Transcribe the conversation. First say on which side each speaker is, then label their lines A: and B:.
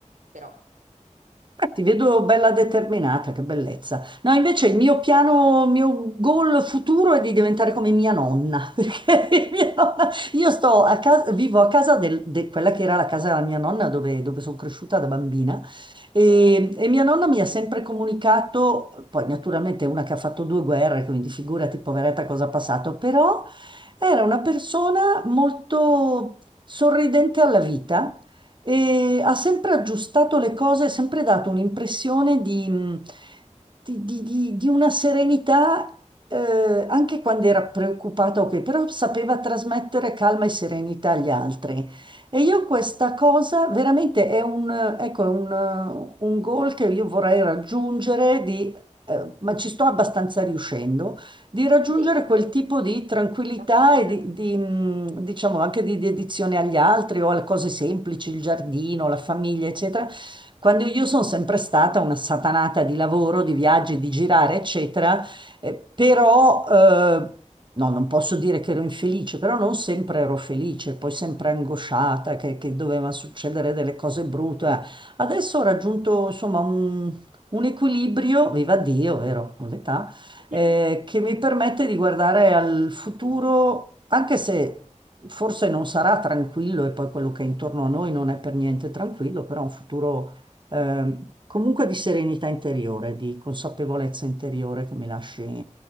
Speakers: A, on the right; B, on the right.
A: però
B: Beh, ti vedo bella determinata, che bellezza. No, invece il mio piano, il mio goal futuro è di diventare come mia nonna, <laughs> perché mia nonna- io sto a casa, vivo a casa del- de quella che era la casa della mia nonna dove, dove sono cresciuta da bambina e,
A: Bello.
B: e mia nonna mi ha sempre comunicato, poi naturalmente è una che ha fatto due guerre, quindi figurati poveretta cosa ha passato, però era una persona molto sorridente alla vita e ha sempre aggiustato le cose, ha sempre dato un'impressione di, mh, di- di- di- di una serenità, eh, anche quando era preoccupato, ok, però sapeva trasmettere calma e serenità agli altri. E io questa cosa veramente è un, eh, ecco, è un, eh, un goal che io vorrei raggiungere, di, eh, ma ci sto abbastanza riuscendo di raggiungere
A: sì, in effetti
B: quel tipo
A: si
B: di tranquillità
A: può fare
B: e
A: già.
B: di, di, mh, diciamo anche di dedizione agli altri o alle cose semplici, il giardino, la famiglia, eccetera. Quando io sono sempre stata una satanata di lavoro, di viaggi, di girare, eccetera, eh, però eh, No, non posso dire che ero infelice, però non sempre ero felice, poi sempre angosciata che, che doveva succedere delle cose brutte. eh. Adesso ho raggiunto insomma un, un equilibrio, viva Dio, vero? Con l'età
A: <laughs>
B: eh, che mi permette di guardare al futuro, anche se forse non sarà tranquillo e poi quello che è intorno a noi non è per niente tranquillo, però un futuro ehm, comunque di serenità interiore, di consapevolezza interiore che mi lasci